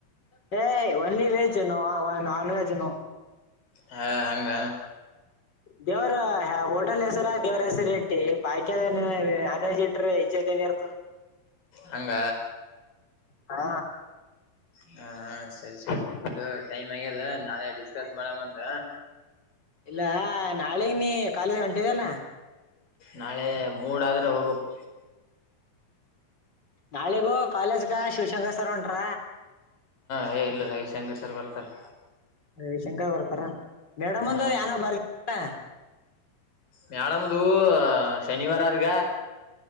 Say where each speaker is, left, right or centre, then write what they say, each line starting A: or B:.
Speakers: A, on the left; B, on the left.
A: ಹೇ ಓನ್ಲಿ ವೆಜ್ ನಾನ್ವೆೆಜ್ ನೋ
B: ಹಾ ಹಂಗ
A: ದೇವ್ರ ಹೋಟೆಲ್ ಹೆಸರ ದೇವ್ರ ಹೆಸರಿ ಇಟ್ಟಿ ಬಾಕಿದ <unintelligible>
B: ಹಂಗ
A: ಹಾ
B: ಹ ಸರಿ ಸರಿ ಟೈಮ್ ಆಗ್ಯದ ನಾಳೆ ಡಿಸ್ಕಸ್ ಮಾಡನಂತ
A: ಇಲ್ಲ ನಾಳಗೆ ನೀ ಕಾಲೇಜ್ ಹೊಂಟಿದೇನು
B: ನಾಳೆ ಮೂಡ ಆದ್ರೆ ಹೋಗ್ಬೇಕು
A: ನಾಳೆಗೂ ಕಾಲೇಜ್ಕ ಶಿವಶಂಕರ್ ಸರ್ ಹೊಂಟ್ರ
B: ಹೇ ಇಲ್ಲಲೆ ರವಿಶಂಕರ್ ಸರ್ ಬರ್ತಾರೆ
A: ರವಿಶಂಕರ್ ಬರ್ತರ ಮೇಡಮ್
B: ಹಾ
A: ಅಂದ ಯಾರು ಬರಲಿಲ್ಲ
B: ಮೇಡಂದು ಶನಿವಾರ ಆದಗ